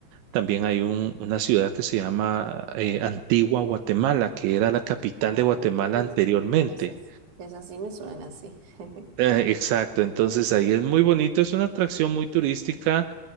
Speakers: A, on the right (about 80°); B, on the right (about 45°).
A: también hay un- una ciudad que se llama eh, Antigua Guatemala, que era la capital
B: Ah,
A: de Guatemala
B: eso
A: anteriormente.
B: sí, esas, esas sí me suenan así. <laughs>
A: Eh, exacto, entonces ahí es muy bonito, es una atracción muy turística.